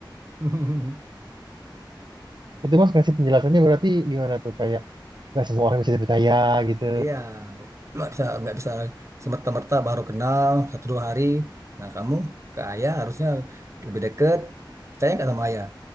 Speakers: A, on the right (about 35°); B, on the right (about 60°).
A: <laughs>
B: Itu mas ngasih penjelasannya berarti gimana tuh kayak nggak semua orang bisa dipercaya gitu
A: Iya, nggak bisa nggak bisa semerta-merta baru kenal satu dua hari. Nah kamu ke ayah harusnya lebih deket. Percaya nggak sama ayah?